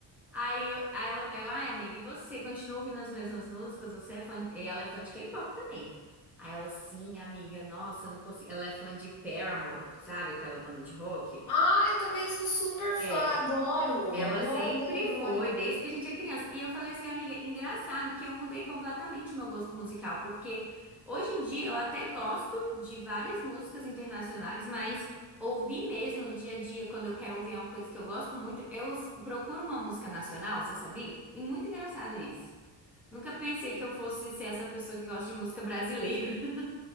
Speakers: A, in the centre; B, on the left.
A: Aí eu, aí ela, aí eu, ai, amiga, e você continua ouvindo as mesmas músicas? Você é fã de... E ela é fã de K-pop também. Aí ela, sim, amiga, nossa, eu não consigo. Ela é fã de Paramore, sabe? Aquela banda de rock.
B: Ai, também sou super fã,
A: É,
B: adoro,
A: ela
B: adoro,
A: sempre
B: adoro,
A: foi,
B: adoro.
A: desde que a gente é criança. E eu falei assim, amiga, engraçado que eu mudei completamente meu gosto musical, porque hoje em dia eu até gosto de várias músicas internacionais, mas ouvir mesmo no dia a dia, quando eu quero ouvir uma coisa que eu gosto muito, eu s- procuro uma música nacional, você sabia? E muito engraçado isso. Nunca pensei que eu fosse ser essa pessoa que gosta de música brasileira. <laughs>